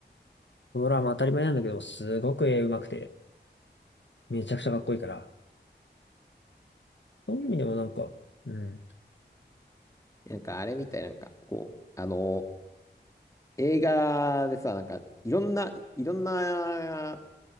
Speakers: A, on the left; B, on the left.
A: ドラマ当たり前なんだけど、すごく絵上手くて、めちゃくちゃかっこいいから。そういう意味でもなんか、うん。
B: なんかあれみたい、なんかこう、あの映画でさ、なんか、いろんな、いろんな